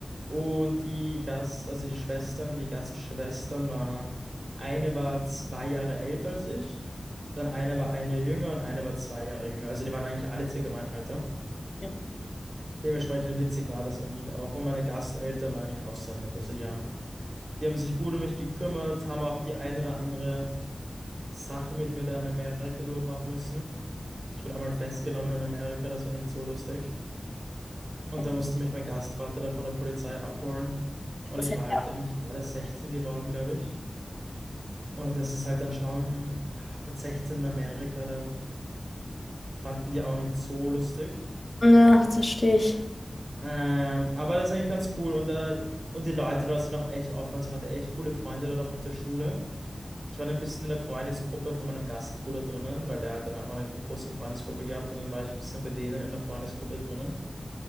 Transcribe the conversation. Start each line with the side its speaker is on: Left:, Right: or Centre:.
Right: Und die Gast, also die Schwestern, die Gastschwestern war, eine war zwei Jahre älter als ich, dann eine war ein Jahr jünger und eine war zwei Jahre jünger. Also die waren eigentlich alle circa mein Alter.
Left: Ja.
Right: Dementsprechend witzig war das eigentlich auch. Und meine Gasteltern waren eigentlich auch so nett. Also die haben, die haben sich gut um mich gekümmert, haben auch die ein oder andere Sache mit mir da in Amerika durchmachen müssen. Ich wurde einmal festgenommen in Amerika, das war nicht so lustig. Und
Left: Okay.
Right: da musste mich mein Gastvater da von der Polizei abholen. Und
Left: Das
Right: ich
Left: hätte
Right: war halt,
Left: ich auch.
Right: da bin ich gerade 16 geworden, glaube ich. Und das ist halt dann schon ah, mit 16 in Amerika, da fanden die auch nicht so lustig.
Left: gerne. Ja, das verstehe ich.
Right: Ähm, aber das ist eigentlich ganz cool. Und, da, und die Leute dort sind auch echt offen. Also ich hatte echt coole Freunde dort auch auf der Schule. Ich war dann ein bisschen in der Freundesgruppe von meinem Gastbruder drinnen, weil der hat dann auch eine große Freundesgruppe gehabt. Und dann war ich ein bisschen bei denen in der Freundesgruppe drinnen.